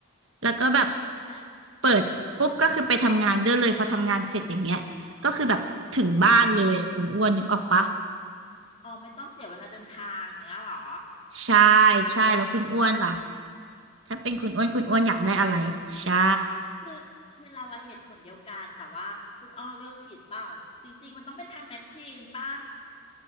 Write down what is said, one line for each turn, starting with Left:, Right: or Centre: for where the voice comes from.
Right: แล้วก็แบบ
Left: อ่ะ
Right: เปิดปุ๊บก็คือไปทำงานได้เลยพอทำงานเสร็จอย่างเงี้ยก็คือแบบถึงบ้านเลยอะคุณอ้วนนึกออกปะ
Left: แล้วอ๋อไม่ต้องเสียเวลาเดินทางอย่างเงี้ยเหรอ
Right: ใช่ใช่แล้วคุณอ้วนล่ะ ถ้าเป็นคุณอ้วนคุณอ้วนอยากได้อะไรใช่
Left: อ้วนเหรอคือคือเราอะเหตุผลเดียวกันแต่ว่าคุณอ้อเลือกผิดเปล่าจริงๆมันต้องเป็นทำแมชชีนป่ะ